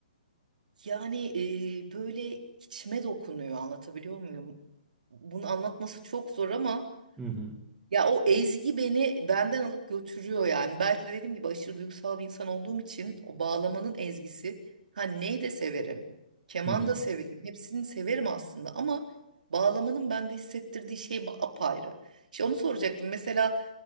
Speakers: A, on the right (about 70°); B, in the centre.
A: Yani e, böyle içime dokunuyor anlatabiliyor muyum? Bunu anlatması çok zor ama
B: Hı hı.
A: Ya o ezgi beni benden alıp götürüyor yani. Belki de dediğim gibi aşırı duygusal bir insan olduğum için o bağlamanın ezgisi. Ha ney de severim. Keman
B: Hı hı.
A: da severim. Hepsini severim aslında ama bağlamanın bende hissettirdiği şey ba- apayrı. İşte onu soracaktım. Mesela